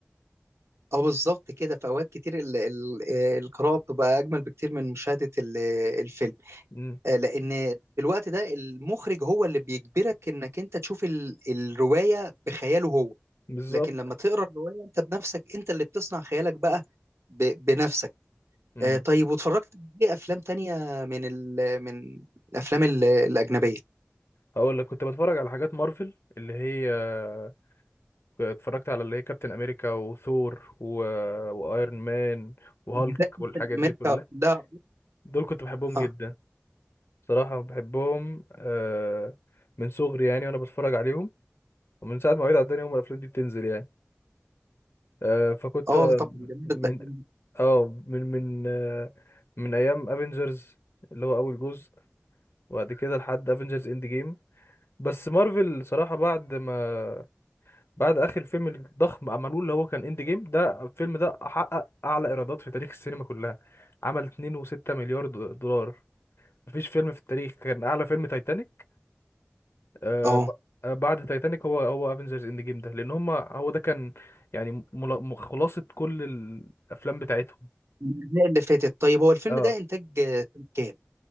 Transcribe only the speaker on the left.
مم.
بالظبط
امم
هقول لك كنت بتفرج على حاجات مارفل اللي هي آه، اتفرجت على اللي هي كابتن امريكا وثور و... وايرون مان وهالك
والحاجات
دي كلها
دول كنت بحبهم
جدا صراحة بحبهم آه، من صغري يعني وانا بتفرج عليهم ومن ساعة ما وعيت على الدنيا هم الافلام دي بتنزل يعني آه، فكنت
آه،
من
اه من من آه، من ايام افنجرز اللي هو اول جزء وبعد كده لحد افنجرز اند جيم بس مارفل صراحة بعد ما بعد اخر فيلم الضخم عملوه اللي هو كان اند جيم ده الفيلم ده حقق اعلى ايرادات في تاريخ السينما كلها عمل 2.6 مليار د- دولار مفيش فيلم في التاريخ كان اعلى فيلم تايتانيك آه
ب- آه، بعد تايتانيك هو هو افنجرز اند جيم ده لان هم هو ده كان يعني ملا- م- خلاصة كل الافلام بتاعتهم
اه